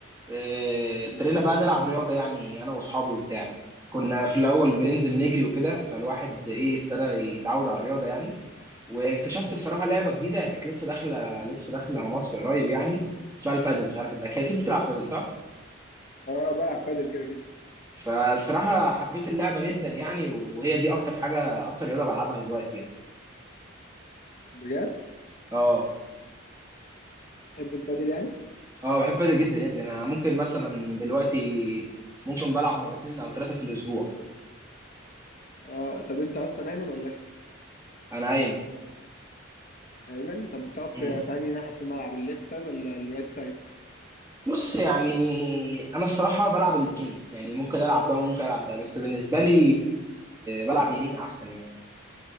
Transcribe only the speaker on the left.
امم
اه بلعب بادل كده كده
بجد
تحب البادل يعني
اه طب انت اصلا ايمن ولا اشول
ايمن طب بتقف
في في انهي ناحيه في الملعب الليفت سايد ولا الرايت سايد